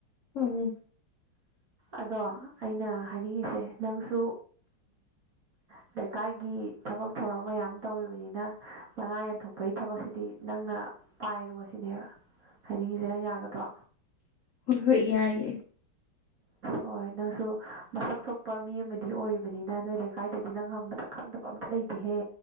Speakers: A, on the left (about 60°); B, on the right (about 45°).
A: ꯎꯝ
B: ꯑꯗꯣ ꯑꯩꯅ ꯍꯥꯏꯅꯤꯡꯉꯤꯁꯦ ꯅꯪꯁꯨ ꯐ ꯂꯩꯀꯥꯏꯒꯤ ꯊꯕꯛ ꯊꯧꯔꯝ ꯃꯌꯥꯝ ꯇꯧꯔꯤꯕꯅꯤꯅ ꯃꯅꯥ ꯌꯦꯟꯊꯣꯛꯄꯒꯤ ꯊꯕꯛꯁꯤꯗꯤ ꯅꯪꯅ ꯄꯥꯏꯔꯣ ꯁꯤꯅꯦꯕ ꯍꯥꯏꯗꯤꯒꯤꯁꯦ ꯅꯪ ꯌꯥꯒꯗ꯭ꯔꯣ
A: ꯍꯍꯣꯏ ꯌꯥꯥꯏ
B: ꯍꯣꯏ ꯅꯪꯁꯨ ꯃꯁꯛ ꯊꯣꯛꯄ ꯃꯤ ꯑꯃꯗꯤ ꯑꯣꯏꯔꯤꯕꯅꯤꯅ ꯅꯣꯏ ꯂꯩꯀꯥꯏꯗꯗꯤ ꯅꯪ ꯍꯪꯕꯗ ꯈꯪꯗꯕ ꯑꯝꯇ ꯂꯩꯇꯦꯍꯦ